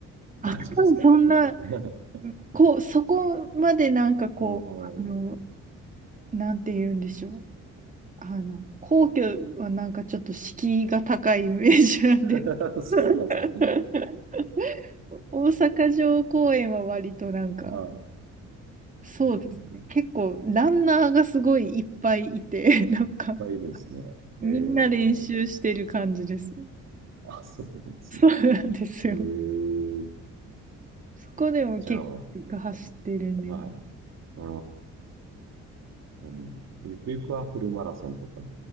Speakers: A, on the right; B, on the right.
A: あ、
B: 感じなんですかね。
A: 多分そんな、
B: <laughs>
A: こう、そこまでなんかこう、
B: う
A: あの、
B: ん、
A: なんて言うんでしょう。あの、皇居はなんかちょっと敷居が高いイメージなんで。
B: <laughs> そうなんですね。
A: <laughs> 大阪城公園は割となんか、
B: はい。
A: そうですね。
B: えー、いっ
A: 結構ランナーがすごいいっぱいいて、なんか
B: ぱいいるんですね。
A: みんな練習してる感じです。
B: えー、あ、そうなんですね。
A: そうなんですよ。
B: えー、
A: そこでも結構走ってるね。
B: じゃあ、はい。あーじゃあもう、ゆくゆくはフルマラソンとか